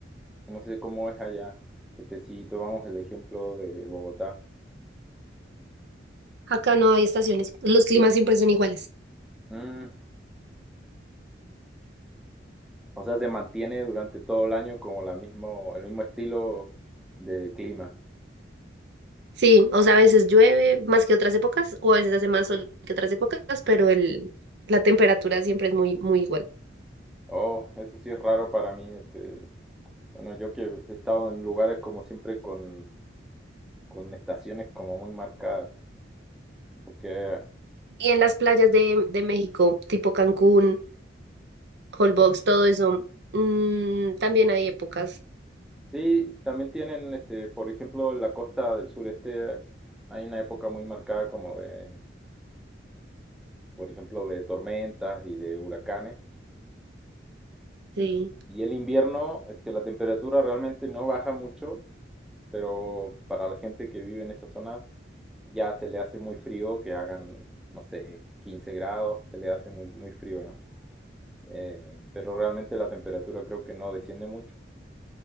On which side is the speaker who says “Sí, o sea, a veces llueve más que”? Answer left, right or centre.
Right